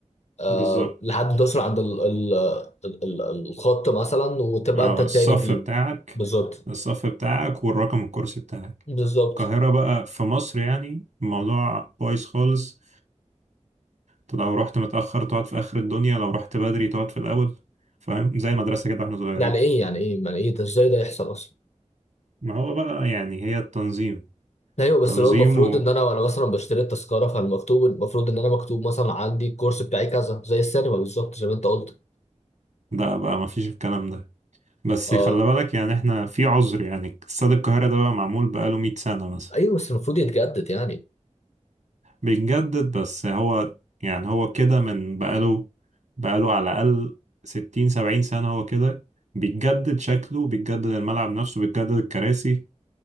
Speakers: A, on the left; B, on the right.
A: آه
B: بالظبط
A: لحد ما توصل عند ال ال ال ال الخط مثلا وتبقى
B: اه
A: انت التاني
B: الصف
A: فيه
B: بتاعك
A: بالظبط
B: الصف بتاعك والرقم الكرسي بتاعك
A: بالظبط
B: القاهرة بقى في مصر يعني الموضوع بايظ خالص انت لو رحت متأخر تقعد في آخر الدنيا لو رحت بدري تقعد في الأول فاهم زي المدرسة كده واحنا صغيرين
A: يعني ايه يعني ايه يعني ايه ده ازاي ده يحصل اصلا
B: ما هو بقى يعني هي التنظيم
A: ايوه بس
B: تنظيم
A: اللي هو المفروض
B: و...
A: ان انا وانا مثلا بشتري التذكره فالمكتوب المفروض ان انا مكتوب مثلا عندي الكورس بتاعي كذا زي السينما بالظبط زي ما انت قلت
B: ده بقى ما فيش الكلام ده بس
A: اه
B: خلي بالك يعني احنا في عذر يعني استاد القاهرة ده بقى معمول بقاله 100 سنة مثلا
A: ايوه بس المفروض يتجدد يعني
B: بيتجدد بس هو يعني هو كده من بقاله بقاله على الأقل ستين سبعين سنة هو كده بيتجدد شكله بيتجدد الملعب نفسه بيتجدد الكراسي